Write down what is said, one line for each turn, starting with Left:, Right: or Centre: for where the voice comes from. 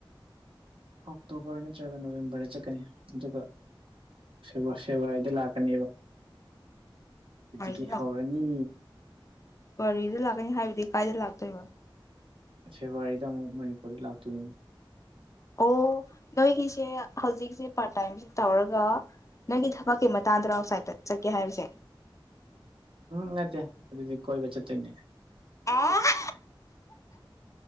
Right: ꯑꯣꯛꯇꯣꯕꯔ ꯅꯠꯇ꯭ꯔꯒ ꯅꯣꯕꯦꯝꯕꯔꯗ ꯆꯠꯀꯅꯤ ꯑꯗꯨꯒ ꯕ ꯁꯦꯕ ꯑꯩꯗꯤ ꯂꯥꯛꯀꯅꯤꯕ ꯍꯧꯖꯤꯀꯤ
Left: ꯒꯥꯔꯤꯗ
Right: ꯍꯧꯔꯅꯤ
Left: ꯋꯥꯔꯤꯗ ꯂꯥꯛꯀꯅꯤ ꯍꯥꯏꯕꯗꯤ ꯀꯥꯏꯗ ꯂꯥꯛꯇꯣꯏꯕ
Right: ꯐꯦꯕꯋꯥꯔꯤꯗ ꯑꯃꯨꯛ ꯃꯅꯤꯄꯨꯔꯗ ꯂꯥꯛꯇꯣꯏꯅꯤ
Left: ꯑꯣ ꯅꯣꯏꯒꯤꯁꯦ ꯍꯧꯖꯤꯛꯁꯦ ꯄꯥꯔꯠ ꯇꯥꯏꯝꯁꯦ ꯇꯧꯔꯒ ꯅꯪꯒꯤ ꯊꯕꯛꯀꯤ ꯃꯇꯥꯡꯗꯔ ꯉꯁꯥꯏ ꯆꯠꯀꯦ ꯍꯥꯏꯕꯁꯦ
Right: ꯎꯝ ꯅꯠꯇ ꯑꯗꯨ ꯑꯗꯨꯗꯤ ꯀꯣꯏ ꯆꯠꯇꯅꯦ <inaudible>
Left: ꯑꯦ